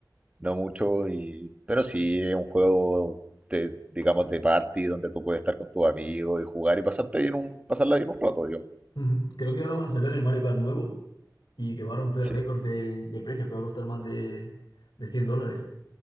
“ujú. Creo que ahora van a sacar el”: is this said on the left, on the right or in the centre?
Left